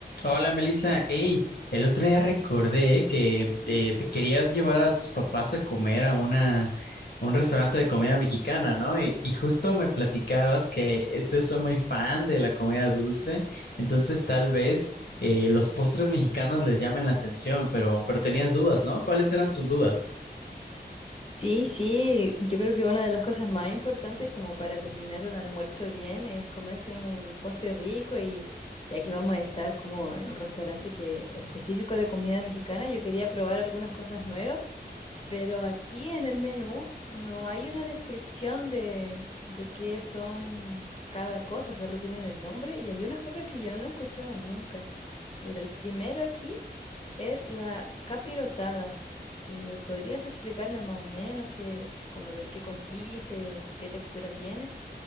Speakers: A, on the left; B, on the left.
A: Hola Melissa, hey, el otro día recordé que eh, te querías llevar a tus papás a comer a una, a un restaurante de comida mexicana, ¿no? Y, y justo me platicabas que ustedes son muy fan de la comida dulce, entonces tal vez eh, los postres mexicanos les llamen la atención, pero, pero tenías dudas, ¿no? ¿Cuáles eran tus dudas?
B: Sí, sí, yo creo que una de las cosas más importantes como para terminar un almuerzo bien es comerse un postre rico y ya que vamos a estar como en un restaurante que es específico de comida mexicana, yo quería probar algunas cosas nuevas, pero aquí en el menú no hay una descripción de, de qué son cada cosa, solo tienen el nombre y hay unas cosas que yo no he escuchado nunca. Mira, el primero aquí es la capirotada. Eh, ¿podrías explicarme más o menos qué, como de en qué consiste, qué textura tiene?